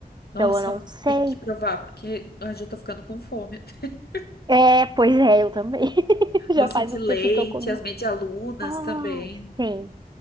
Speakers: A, on the left (about 85°); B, on the right (about 30°).
A: Nossa,
B: então eu não
A: mas
B: sei.
A: tem que provar, porque eu já tô ficando com fome. <laughs>
B: É, pois é, eu também. <laughs> Já
A: Doce
B: faz
A: de
B: um tempinho
A: leite,
B: que eu comi.
A: as medialunas
B: Ai,
A: também.
B: sim.